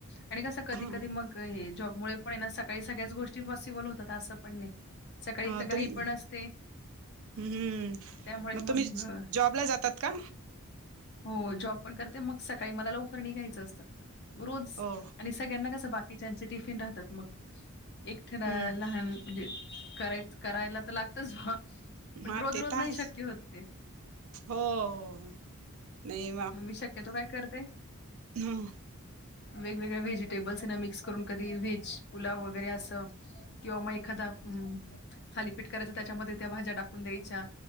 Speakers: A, on the left (about 50°); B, on the right (about 70°).
A: आणि कस कधी
B: ह
A: कधी मग हे जॉब मुळे पण आहे ना सकाळी सगळ्याच गोष्टी पॉसिबल होतात असं पण नाही सकाळी
B: ह
A: एक तर
B: तुम्ही
A: घाई पण असते
B: हम्म हम्म
A: त्यामुळे
B: मग तुम्ही
A: अ,
B: जॉबला जातात का?
A: हो जॉब पण करते मग सकाळी मला लवकर निघायचं असत रोज
B: हो
A: आणि स सगळ्यांना कस बाकीच्याचे टिफिन राहतात मग एकतेला
B: हम्म
A: लहान म्हणजे कराय करायला तर लागतच बा
B: हा
A: पण रोज
B: ते
A: रोज
B: तर
A: नाही
B: आहेच
A: शक्य होत ते.
B: हो हो नाही
A: मी शक्यतो काय करते
B: हम
A: वेगवेगळ्या व्हेजिटेबल्सना मिक्स करून कधी व्हेज पुलाव वगैरे असं किंवा म एखादा हम् ह थालीपीठ करायचं त्याच्यामध्ये त्या भाज्या टाकून द्यायच्या